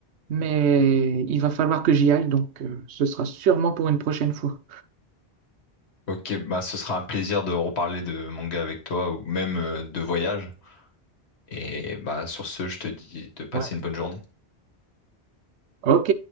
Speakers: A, on the right; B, on the left.
A: mais il va falloir que j'y aille, donc euh, ce sera sûrement pour une prochaine fois.
B: Ok, bah ce sera un plaisir de reparler de manga avec toi ou même euh, de voyage. Et bah sur ce, je te dis de passer
A: Ouais.
B: une bonne journée.
A: Ok,